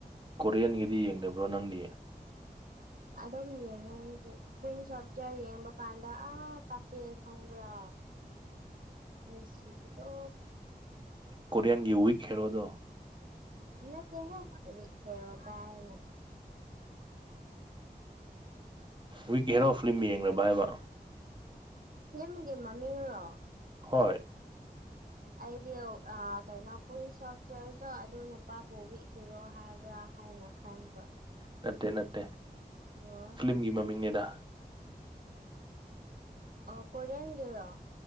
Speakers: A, on the right (about 30°); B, on the right (about 60°).
A: ꯀꯣꯔꯤꯌꯥꯟꯒꯤꯗꯤ ꯌꯦꯡꯗꯕ꯭ꯔꯣ ꯅꯪꯗꯤ
B: ꯑꯗꯨꯝ ꯌꯦꯡꯉꯦ ꯑꯩꯖꯨ ꯄꯨꯟ ꯁꯣꯞꯇꯔ ꯌꯦꯡꯕ ꯀꯥꯟꯗ ꯑꯥ ꯀꯞꯄꯦ ꯈꯪꯕ꯭ꯔ ꯅꯨꯡꯁꯤꯕꯗꯣ
A: ꯀꯣꯔꯤꯌꯥꯟꯒꯤ ꯋꯤꯛ ꯍꯦꯔꯣꯗꯣ
B: ꯅꯇꯦꯍꯦ ꯋꯤꯛ ꯍꯦꯔꯣ ꯀꯥꯏꯅ
A: ꯋꯤꯛ ꯍꯦꯔꯣ ꯐꯤꯂꯝ ꯌꯦꯡꯂꯕ ꯍꯥꯏꯕ
B: ꯐꯤꯂꯝꯒꯤ ꯃꯃꯤꯡꯔꯣ
A: ꯍꯣꯏ
B: ꯑꯩꯗꯤ ꯑꯥ ꯀꯩꯅꯣ <inaudible> ꯍꯛꯇ꯭ꯔꯗꯣ ꯑꯗꯨ ꯅꯨꯄꯥꯕꯨꯨ ꯋꯤꯛ ꯍꯦꯔꯣ ꯍꯥꯏꯕ꯭ꯔꯥ ꯍꯥꯏꯅ ꯈꯟꯕ
A: ꯅꯠꯇꯦ ꯅꯠꯇꯦ
B: ꯑꯣ
A: ꯐꯤꯂꯤꯝꯒꯤ ꯃꯃꯤꯡꯅꯦꯗ
B: ꯑꯣ ꯀꯣꯏꯔꯤꯌꯟꯒꯤꯔꯣ